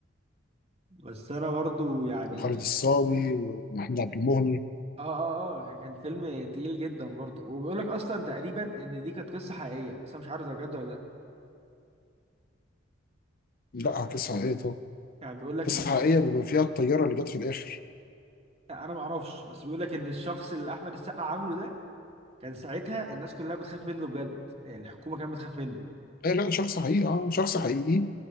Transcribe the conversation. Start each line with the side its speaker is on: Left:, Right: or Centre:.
Right: بس أنا برضو يعني
Left: وخالد الصاوي ومحمد عبد المهني
Right: اه اه اه كان فيلم تقيل جدا برضه وبيقول لك اصلا تقريبا ان دي كانت قصه حقيقيه بس انا مش عارف ده بجد ولا لا
Left: لا قصة حقيقية طبعا
Right: يعني بيقول لك
Left: قصة
Right: ان
Left: حقيقية بما فيها الطيارة اللي جت في الآخر
Right: انا ما اعرفش بس بيقول لك ان الشخص اللي احمد السقا عامله ده كان ساعتها الناس كلها بتخاف منه بجد يعني الحكومه كانت بتخاف منه
Left: أي لا شخص حقيقي اه شخص حقيقي